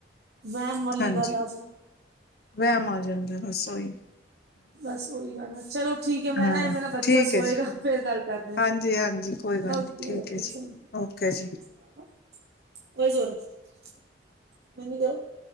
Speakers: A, on the right; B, on the left.
A: <inaudible> ਵਾਲੀ
B: ਹਾਂਜੀ,,,,
A: ਵਹਿਮ ਗੱਲ ਆ ਜਾਂਦੀ
B: ਵਾਮ ਆਂ ਜਾਂਦਾ ਜ, ਬਸ ਓਹੀ
A: ਬਸ ਉਹੀ ਗੱਲ ਆ, ਚਲੋ ਠੀਕ ਹੈ, ਮੈਂ
B: ਹਾਂ
A: ਨਾ ਮੇਰਾ ਬੱਚਾ
B: ਠੀਕ
A: ਸੋਏਗਾ,
B: ਹੈ ਜੀ
A: ਫੇਰ ਗੱਲ ਕਰਦੇ ਆਂ
B: ਹਾਂਜੀ-ਹਾਂਜੀ
A: ਜ,,,,,
B: ਕੋਈ ਗੱਲ
A: ਓਕੇ
B: ਨਹੀਂ ਠੀਕ
A: ਓਕੇ,
B: ਹੈ ਜੀ
A: ਚਲੋ।
B: ਓਕੇ ਜੀ।
A: <unintelligible>